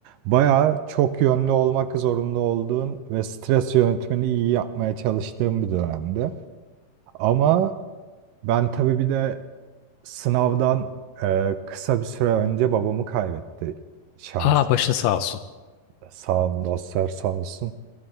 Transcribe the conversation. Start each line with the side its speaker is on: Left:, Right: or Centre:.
Right: Bayağı çok yönlü olmak zorunda olduğun ve stres yönetimini iyi yapmaya çalıştığım bir dönemdi. Ama ben tabii bir de Sınavdan e, kısa bir süre önce babamı kaybetti. Şans,
Left: Aa başın sağ olsun.
Right: sağ olun dostlar, sağ olsun.